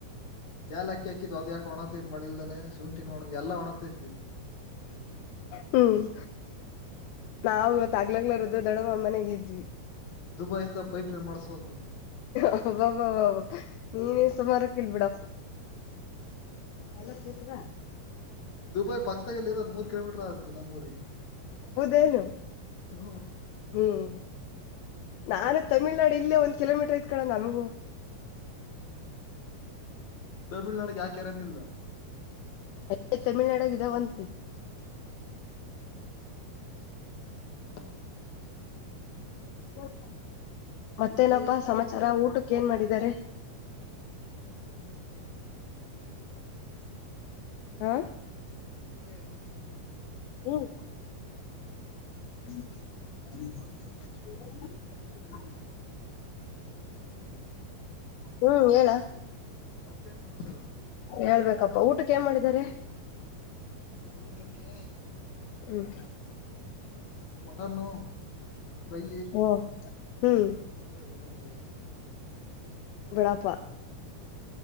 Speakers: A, on the left (about 60°); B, on the left (about 80°).
A: ಯಾಲಾಕ್ಕಿ ಹಾಕಿದ್ ಅದು ಯಾಕೆ ಒಣಗಗ್ತೈತಿ ಮಳಿಲ್ದಲ್ಲ ಶುಂಠಿನ ಒಣಗ ಎಲ್ಲ ಒಣಗ್ತೈತಿ.
B: ಹ್ಮ್ ನಾವಿವತ್ತಗ್ಲಗ್ಲ <unintelligible> ದೊಡವ ಮನೆಗ್ ಇದ್ವಿ.
A: ದುಬೈಂದ ಪೈಪ್ಲೈನ್ ಮಾಡಸ್ಬೇಕು.
B: ಅಬ್ಬಬ್ಬ ನೀನೇ ಸುಮಾರ್ಕಿಲ್ಬಿಡಪ್ಪ. ಅಲ್ಲೋಗ್ ಕೂತ್ಗ.
A: ದುಬೈ ಪಕ್ಕತದಲ್ಲಿ ಇರೋದ್ ಮೂರ್ ಕಿಲೋಮೀಟರ್ ಆತಿ ನಮ್ಮೂರಿಗೆ.
B: ನು <unintelligible>
A: ಹ್ಮ
B: ಹ್ಮ್ ನಾನೇ ತಮಿಳ್ನಾಡು ಇಲ್ಲೇ ಒಂದ್ ಕಿಲೋಮೀಟರ್ ಐತ್ ಕಣ ನಮಗೂ.
A: ತಮಿಳ್ನಾಡ್ಗೆ ಯಾವ್ ಕೆರೆನೂ ಇಲ್ಲ.
B: <unintelligible> ತಮಿಳ್ನಾಡಾಗ ಇದ್ದಾವಂತೆ.
A: <inaudible>
B: ಒ ಮತ್ತೇನಪ್ಪಾ ಸಮಾಚಾರ ಊಟಕ್ಕೇನ್ ಮಾಡಿದ್ದಾರೆ?
A: ಹ್ಮ್
B: ಹಾ
A: ಅಂಗೆ ಇರು.
B: ಹ್ಮ್ ಹ <unintelligible>
A: ಹ್ಮ್
B: ಹ್ಮ್ ಹೇಳೊ.
A: ಮತ್ತೇನ್ ಸಮಾಚಾರ?
B: ಹೇಳ್ಬೇಕಪ್ಪಾ ಊಟಕ್ಕೇನ್ ಮಾಡಿದ್ದಾರೆ?
A: ಊಟಕ್ಕೆ.
B: ಹ್ಮ್
A: ಮಟನ್ನು ಫ್ರೈ
B: ಹಓ ಹ್ಮ್
A: ಮಾಡಿದ್ದಾರೆ ಊಟ ಮಾಡ್ಬೇಕು.
B: ಬಳಾಪ.